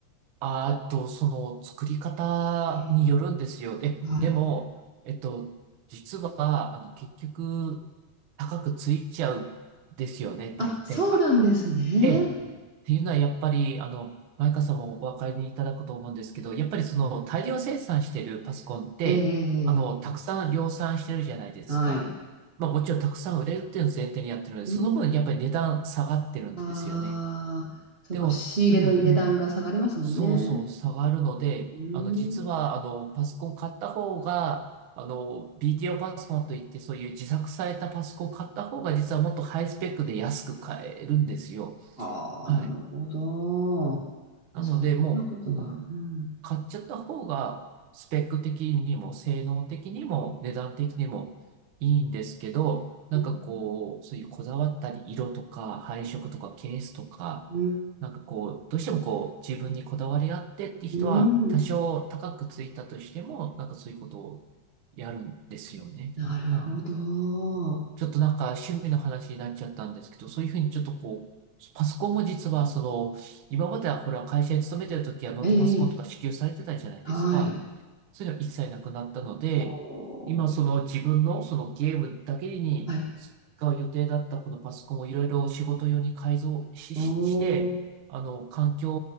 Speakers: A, on the right (about 75°); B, on the right (about 50°).
A: あ、あーっと、その、作り方によるんですよ。
B: え
A: え、
B: ーはい。
A: でも、えっと、実は、あの、結局、高くついちゃうんですよね、大体が。
B: あ、そうなんですね。
A: ええ。っていうのはやっぱり、あの、マイカさんもお分かりいただくと思うんですけど、やっぱりその大量生産してるパソコンって、
B: ええ、ええ、
A: あの、
B: ええ
A: たくさん量産してるじゃないですか。
B: はい。
A: まあもちろんたくさん売れるっていうのを前提にやってるので、
B: うん。
A: その分やっぱり値段下がってるんですよね。
B: ああ、そうか、
A: でも、
B: 仕入れの値段が下がりますもんね。
A: うんうん。そうそう、下がるので、
B: うーん。
A: あの、実は、あの、パソコン買った方が、あの、BTO パソコンといって、そういう自作されたパソコン買った方が、実はもっとハイスペックで安く買えるんですよ。
B: はあ、
A: はい。
B: なるほど。
A: なので、
B: そんなことが。
A: もう、うん、
B: うん。
A: 買っちゃった方が、スペック的にも、性能的にも、値段的にもいいんですけど、なんかこう、
B: うん。
A: そういうこだわったり、色とか、配色とか、ケースとか、
B: うん。
A: なんかこう、どうしてもこう、自分にこだわりがあってって人は、
B: うん
A: 多少高くついたとしても、なんかそういうことをやるんですよね。
B: なるほど。
A: はい。ちょっとなんか趣味の話になっちゃったんですけど、そういうふうにちょっとこう、パソコンも実はその、今まではほら会社に勤めてる時はノートパソコンとか支給されてたじゃないですか。
B: ええ、ええはい。
A: そういうの一切なくなったので、
B: お
A: 今その自分のそのゲームだけに使う予定だったこのパソコンをいろいろ仕事用に改造し、
B: ー、はい。お
A: しして、
B: ー、
A: あの、環境